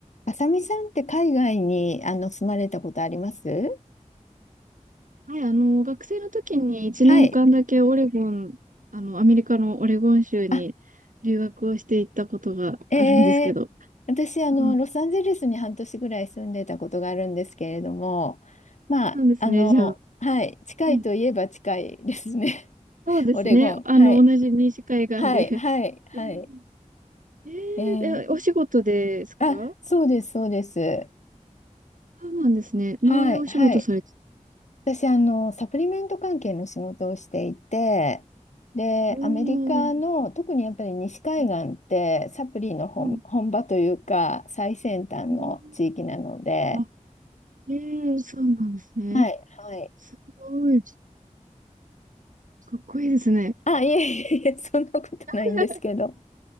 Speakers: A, on the left; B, on the right.
A: あさみさんって海外にあの住まれたことあります
B: はい、あの、学生の時に1年間だけオレゴン、
A: はい。
B: あの、アメリカのオレゴン州に留学をしていったことがあるんですけど。
A: あ、えー、私あの、
B: うん。
A: ロサンゼルスに半年ぐらい住んでたことがあるんですけれども、まあ、
B: そうですね、
A: あの、
B: じゃあ。
A: はい、近いといえば近いですね。
B: うん。
A: <laughs>
B: そうですね、
A: オレゴン。
B: あの、
A: はい。
B: 同じ西海岸で。
A: はい、はい、はい。
B: うん。えー、
A: えー、
B: で、お仕事ですか
A: あ、そうです、そうです。
B: そうなんですね。どういうお仕事されて
A: はい、はい。私、あの、サプリメント関係の仕事をしていて、で、
B: おー。
A: アメリカの、特にやっぱり西海岸って、
B: う
A: サプリの本、
B: ん。
A: 本場というか、最先端の地域なので、
B: うんあ、えー、そうなんですね。
A: はい、はい。
B: すごい。かっこいいですね。
A: あ、いえいえいえ、<laughs> そんなことないんですけど。
B: <laughs>